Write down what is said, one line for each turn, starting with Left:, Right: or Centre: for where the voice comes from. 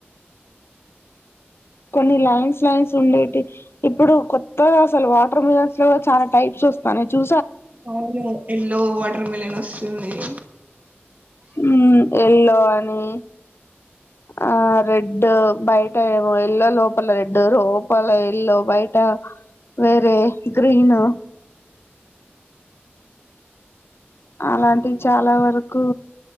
Left: కొన్ని లైన్స్ లైన్స్ ఉండేటివి ఇప్పుడు కొత్తగా అసలు వాటర్ మిలన్స్ లో చాలా టైప్స్ వస్తాన్నాయి చూ
Right: అవును ఎల్లో వాటర్ మిలను తొమ్మిది
Left: ఉ ఎల్లో అని ఆ రెడ్ బయట ఏమో ఎల్లో లోపల రెడ్ లోపల ఎల్లో బయట వేరే గ్రీన్ అలాంటివి చాలా వరకు